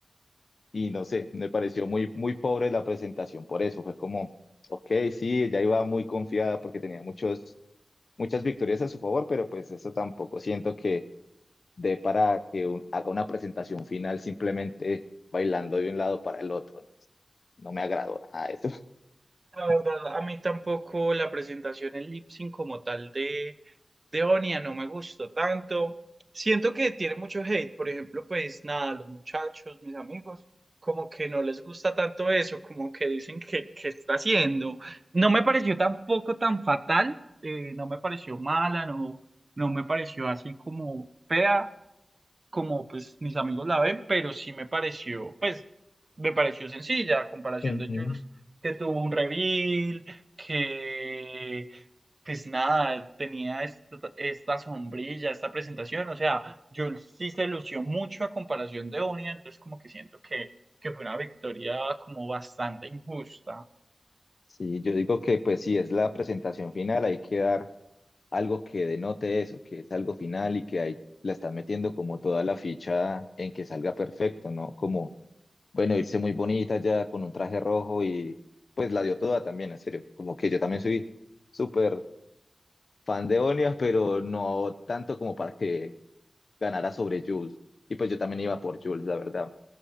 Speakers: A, on the left (about 70°); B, on the right (about 45°).
A: y no sé, me pareció muy, muy pobre la presentación, por eso fue como, ok, sí, ella iba muy confiada porque tenía muchos muchas victorias a su favor, pero pues eso tampoco siento que dé para que un- haga una presentación final simplemente bailando de un lado para el otro. No, No me agradó nada eso. <laughs>
B: La verdad, a mí tampoco la presentación en lip sync como tal de, de Onia no me gustó tanto. Siento que tiene mucho hate, por ejemplo, pues nada, los muchachos, mis amigos, como que no les gusta tanto eso, como que dicen que, que está haciendo. No me pareció tampoco tan fatal, eh, no me pareció mala, no, no me pareció así como fea como pues mis amigos la ven, pero sí me pareció, pues, me pareció sencilla a comparación
A: Ujú.
B: de Jules, que tuvo un reveal, que pues nada, tenía esta, esta sombrilla, esta presentación, o sea, Jules sí se lució mucho a comparación de Onia, entonces como que siento que, que fue una victoria como bastante injusta.
A: Sí, yo digo que pues si es la presentación final, hay que dar algo que denote eso, que es algo final y que ahí la están metiendo como toda la ficha en que salga perfecto, ¿no? Como, bueno, irse muy bonita ya con un traje rojo y pues la dio toda también, en serio. Como que yo también soy súper fan de Onias, pero no tanto como para que ganara sobre Jules. Y pues yo también iba por Jules, la verdad.